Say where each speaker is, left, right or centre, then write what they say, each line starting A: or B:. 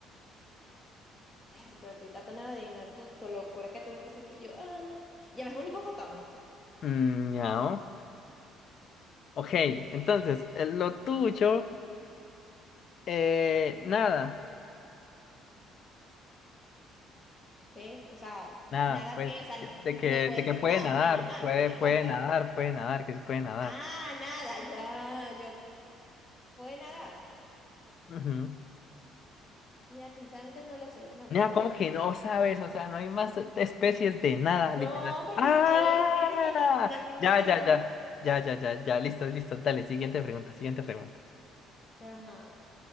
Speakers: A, on the left; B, on the left.
A: perro, pero estoy tratando de adivinar tu, tu locura que tú me pusiste. Yo, ah, ya ves un hipopótamo.
B: Mm, ñao. Ok, entonces, eh, lo tuyo, eh, nada,
A: ¿Qué? O sea,
B: nada,
A: nada
B: pues,
A: que, o sea,
B: de
A: no,
B: que,
A: no puede
B: de
A: ser
B: que puede
A: nada,
B: nadar,
A: es un animal,
B: puede,
A: a fin de
B: puede
A: cuentas.
B: nadar, puede nadar, que sí puede nadar.
A: Ah, nada, yo, ah, yo, puede nadar.
B: Ujú.
A: Mira, sinceramente no lo sé, déjame buscarlo
B: Nea, ¿cómo
A: ya.
B: que
A: va.
B: no sabes? O sea, no hay más especies de nada,
A: No,
B: literal.
A: porque
B: ¡Ah!
A: ahí es que que no, normalmente
B: Ya, ya,
A: no.
B: ya, ya, ya, ya, ya, listo, listo, dale, siguiente pregunta, siguiente pregunta.
A: Ajá.